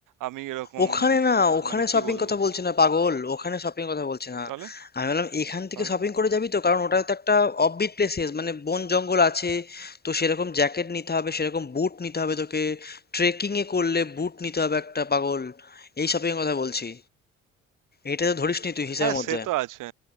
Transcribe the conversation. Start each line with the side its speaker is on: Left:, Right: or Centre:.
Right: আমি এরকম
Left: ওখানে না ওখানে
Right: মানে কি
Left: শপিং
Right: বলবো
Left: কথা বলছি না পাগল ওখানে শপিং কথা বলছি না
Right: তাহলে
Left: আমি বললাম এখান থেকে
Right: তাহলে
Left: শপিং করে যাবি তো কারণ ওটা তো একটা অফবিট প্লেসেস মানে বন জঙ্গল আছে তো সেরকম জ্যাকেট নিতে হবে সেরকম বুট নিতে হবে তোকে ট্রেকিং এ করলে বুট নিতে হবে একটা পাগল এই শপিং কথা বলছি এটা তো ধরিসনি তুই হিসাবের
Right: হ্যাঁ
Left: মধ্যে
Right: সে তো আছে